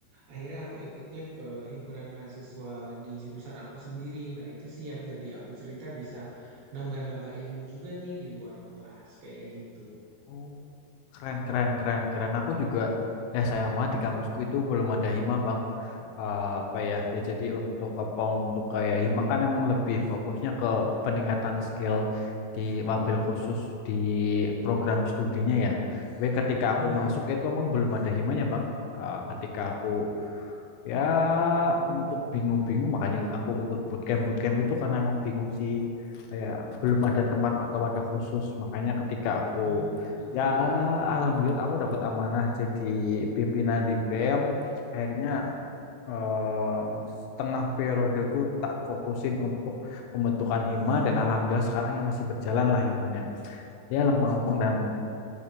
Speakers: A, on the right (about 70°); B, on the left (about 85°).
A: akhirnya aku ikutnya ke himpunan mahasiswa di jurusan aku sendiri nah itu sih yang tadi aku cerita bisa nambah-nambah ilmu juga nih di luar kelas kayak gitu
B: Oh, keren keren keren keren. Aku juga ya sayang banget di kampusku itu belum ada hima bang. Eh, apa ya ya jadi untuk apa untuk kayak hima kan emang lebih fokusnya ke peningkatan skill di wabil khusus di program studinya ya. Tapi ketika aku
A: iya
B: masuk itu emang belum ada himanya bang. Eh, ketika aku Ya, untuk bingung-bingung makanya aku ikut bootcamp. Bootcamp itu karena emang bingung sih. Kayak belum ada tempat atau wadah khusus. Makanya ketika aku
A: oh gitu
B: ya
A: ya
B: alhamdulillah aku dapat amanah jadi pimpinan di PM. Akhirnya eh, setengah periodeku tak fokusin untuk pembentukan hima dan alhamdulillah sekarang ya masih berjalan lah himanya. Ya lempeng-lempeng dan